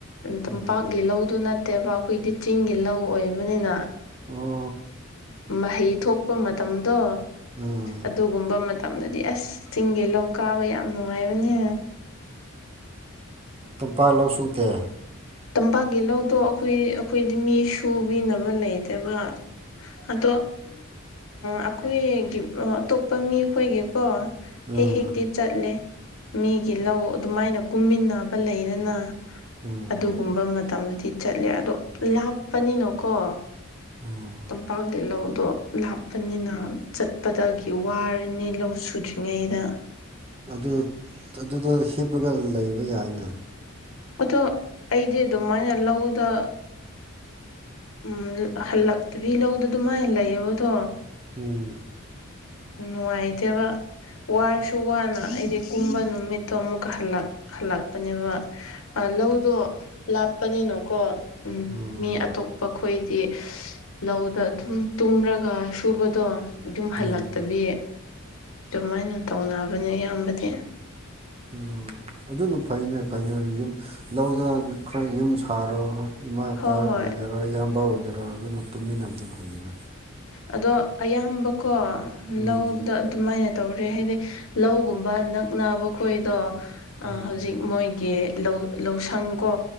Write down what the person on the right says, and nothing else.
ꯎꯝ
ꯑꯣ
ꯎꯝ
ꯇꯝꯄꯥꯛ ꯂꯧ ꯁꯨꯇꯦ
ꯎꯝ
ꯎꯝ
ꯎꯝ
ꯑꯗꯨ ꯑꯗꯨꯗ ꯍꯤꯞꯄꯒ ꯂꯩꯕ ꯌꯥꯏꯅꯦ
ꯎꯝ
ꯎꯝ
ꯎꯝ
ꯑꯣ ꯑꯗꯨꯅ ꯐꯩꯅꯦ ꯀꯩꯅꯣ ꯌꯨꯝ ꯂꯧꯗ ꯈꯔ ꯌꯨꯝ ꯁꯥꯔ ꯏꯃꯥ ꯏꯄꯥ
ꯑꯣꯏꯒꯦꯔꯥ
ꯏꯌꯥꯝꯕ ꯑꯣꯏꯒꯦꯔꯥ ꯑꯗꯨꯅ ꯇꯨꯃꯤꯟꯅꯕꯁꯨ ꯐꯩꯌꯦꯅ
ꯎꯝ
ꯎꯝ